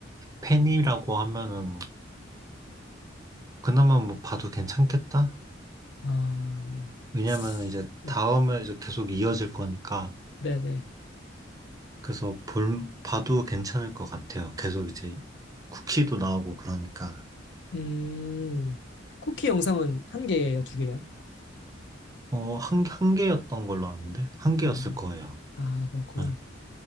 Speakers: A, on the right; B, on the left.
A: 팬이라고 하면은 그나마 뭐 봐도 괜찮겠다?
B: 아,
A: 왜냐면 이제
B: 네,
A: 다음에 이제 계속 이어질 거니까
B: 네, 네.
A: 그래서 볼 봐도 괜찮을 것 같아요. 계속 이제 쿠키도 나오고 그러니까
B: 음, 쿠키 영상은 한 개예요, 두 개예요?
A: 어, 한, 한 개였던 걸로 아는데 한 개였을
B: 아,
A: 거예요.
B: 아, 그렇구나.
A: 네.